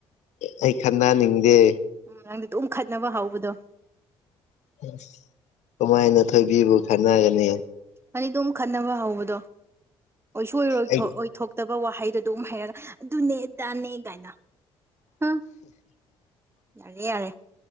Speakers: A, on the left (about 55°); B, on the right (about 20°).
A: ꯑꯩ ꯈꯟꯅꯅꯤꯡꯗꯦ
B: ꯎꯝ ꯅꯪꯗꯤ ꯑꯗꯨꯝ ꯈꯠꯅꯕ ꯍꯧꯕꯗꯣ
A: ꯑꯁ ꯀꯃꯥꯏꯅ ꯊꯣꯏꯕꯤꯕꯨ ꯈꯠꯅꯒꯅꯤ
B: ꯑꯅꯤꯗꯣ ꯑꯃ ꯈꯠꯅꯕ ꯍꯧꯕꯗꯣ ꯑꯣꯏ ꯁꯣꯏꯔꯣꯏ
A: ꯑꯩ
B: ꯑꯣꯏ ꯇꯕ ꯋꯥꯍꯩꯗꯨ ꯑꯗꯨꯝ ꯍꯥꯏꯩꯔꯒ ꯑꯗꯨꯅꯦ ꯗꯥꯅꯦ ꯀꯥꯏꯅ ꯍꯥ ꯌꯥꯔꯦ ꯌꯥꯔꯦ